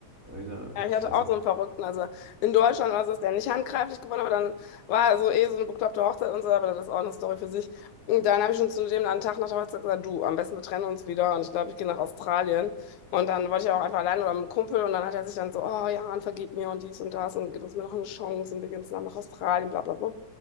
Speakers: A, on the right (about 25°); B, on the left (about 75°).
A: wieder richtig
B: Ja, ich hatte
A: scheiße.
B: auch so einen Verrückten. Also in Deutschland war es, dass der nicht handgreiflich geworden, aber dann war so eh so eine bekloppte Hochzeit und so, aber das ist auch eine Story für sich. Und dann habe ich schon zu dem einen Tag nach der Hochzeit gesagt, du, am besten wir trennen uns wieder und ich glaube, ich gehe nach Australien. Und dann wollte ich auch einfach alleine oder mit einem Kumpel und dann hat er sich dann so, oh ja, und vergib mir und dies und das und gib uns mir noch eine Chance und wir gehen zusammen nach Australien, bla bla bla.